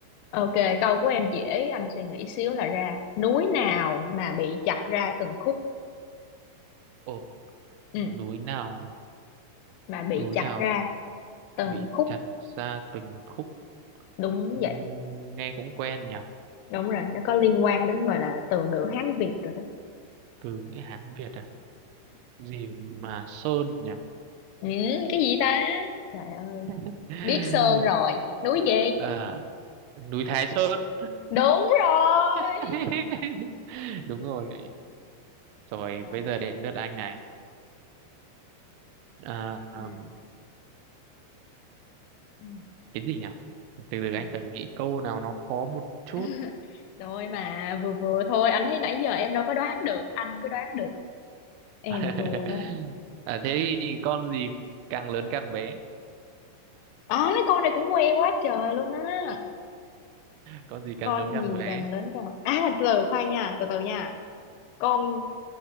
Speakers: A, on the left; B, on the right.
A: Ok, câu của em dễ, anh suy nghĩ xíu là ra. Núi nào mà bị chặt ra từng khúc?
B: ồ
A: Ừ,
B: núi nào
A: mà bị
B: núi
A: chặt
B: nào
A: ra từng
B: bị
A: khúc.
B: chặt ra từng khúc
A: Đúng
B: Ừm,
A: vậy,
B: nghe cũng quen nhỉ
A: đúng rồi, nó có liên quan đến gọi là từ ngữ Hán Việt rồi đó.
B: từ nghĩa Hán Việt à gì mà Sơn nhỉ
A: Ừ, cái gì ta? Trời ơi,
B: <laughs>
A: biết sơn rồi. Núi gì?
B: à, núi Thái Sơn
A: Đúng rồi.
B: <laughs> đúng rồi rồi
A: Đó.
B: bây giờ đến lượt anh này à,
A: Ừ.
B: ừm,
A: Ừ.
B: cái gì nhỉ từ từ
A: ừ.
B: anh phải nghĩ câu nào nó khó một chút
A: <laughs> Rồi mà vừa vừa thôi, anh thấy nãy giờ em đâu có đoán được, anh cứ đoán được. Em
B: <laughs>
A: thua đó.
B: à, thế thì con gì càng lớn càng bé
A: À, con này cũng quen quá trời luôn á.
B: con gì càng
A: con
B: lớn càng
A: gì
B: bé
A: càng lớn càng <laughs> à từ từ khoan nha từ từ nha con